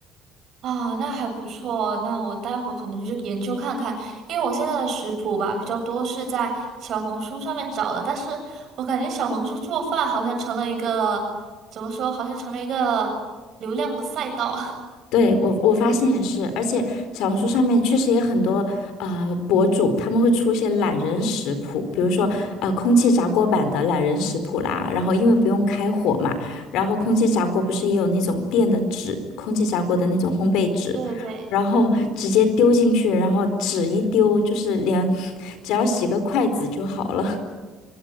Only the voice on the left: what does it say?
对，我我发现也是，而且小红书上面确实也很多呃博主，他们会出一些懒人食谱，比如说呃空气炸锅版的懒人食谱啦，然后因为不用开火嘛，然后空气炸锅不是也有那种垫的纸，空气炸锅的那种烘焙纸，
然后直接丢进去，然后纸一丢，就是连 <laughs> 只要洗个筷子就好了。